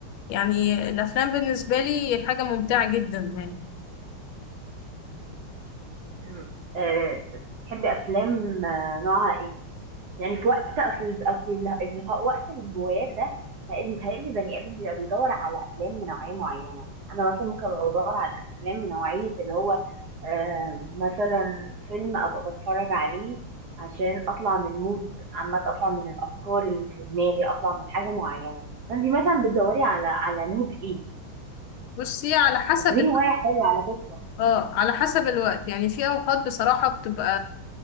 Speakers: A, on the left; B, on the right.
A: يعني الأفلام بالنسبة لي حاجة ممتعة جدا يعني
B: مم. أه بتحبي أفلام آه، نوعها إيه؟ يعني في وقت اصل اصل ال- ال- وقت الهوايات ده متهيألي متهيألي البني ادم بيبقى بيدور على افلام بنوعيه معينه يعني انا مثلا ممكن ابقى بدور على افلام بنوعيه اللي هو آه مثلا فيلم ابقى بتفرج عليه عشان اطلع من المود عامه اطلع من الافكار اللي في دماغي اطلع من حاجه معينه فانت مثلا بتدوري على على مود ايه
A: بصي على حسب
B: بس دي هوايه حلوه على فكره
A: اه على حسب الوقت يعني في اوقات بصراحة بتبقى